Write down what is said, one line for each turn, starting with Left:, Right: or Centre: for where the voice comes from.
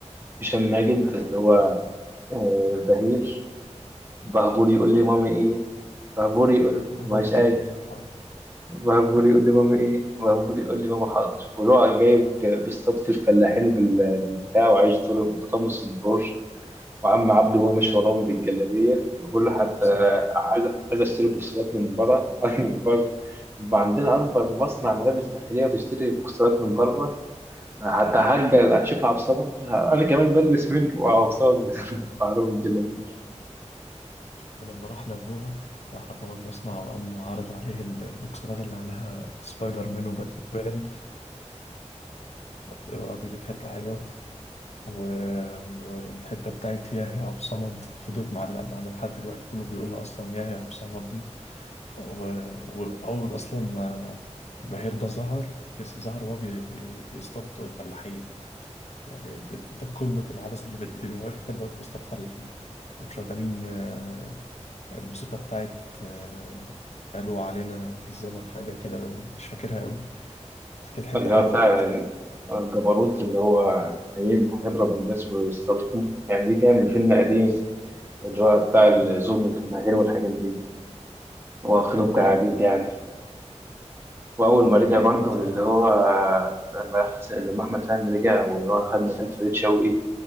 Right: هشام ماجد اللي هو
Left: ايه
Right: آه، بهير بهبور يقول لي مامي إيه بهبور يقول
Left: العبور
Right: مش
Left: يقول
Right: قادر
Left: لي ماما حاضر
Right: بهبور يقول لي مامي إيه بهبور يقول لي ماما حاضر واللي هو جايب بيصطاد في الفلاحين بال- بالبتاع وعايش دور متقمص الدور وعم عبده وهو ماشي وراهم بالجلابيه بقول له حتى
Left: أنا بصمت
Right: عايز عايز اشتري بوكسرات من بره <laughs> من بره يبقى عندنا اكبر مصنع ملابس داخليه وتشتري بوكسرات من بره حتى هجر اشوف عبد الصمد انا كمان بلبس منه وعبد الصمد <laughs> بعرض الجلابيه
Left: ولما راح لأبوها راح لأبوها المصنع وقام عرض عليه ال- البوكسرات اللي عليها سبايدر مان وباتمان برضه كانت حتة حلوة و... و- والحتة بتاعت يا يا عبد الصمد فضلت معلقة معانا لحد دلوقتي كله بيقولها أصلا يا يا عبد الصمد دي. و- وأول أصلا ما بهير ده ظهر كس- ظهر وهو بي- بي- بيصطاد فلاحين يعني ده ده- ده قمة العبث اللي في الدنيا واقف كان واقف بيصطاد فلاحين ومشغلين آه، الموسيقى بتاعت آه، قالوا علينا في الزمن حاجة كده مش فاكرها أوي بس كانت حتة
Right: اللي
Left: حلوة
Right: هو بتاع
Left: برضه
Right: الجبروت اللي هو هيجي هيضرب الناس ويستضربهم يعني دي كان من فيلم قديم اللي هو بتاع الظلم
Left: يعني
Right: الفلاحين والحاجات دي واخدهم
Left: أيوة
Right: كعبيد
Left: كان
Right: يعني واول ما
Left: أيوة
Right: رجع برضه
Left: كانت حتة
Right: للي
Left: حلوة
Right: هو لما احمد لما احمد فهمي رجع واللي هو خد مكان فريد شوقي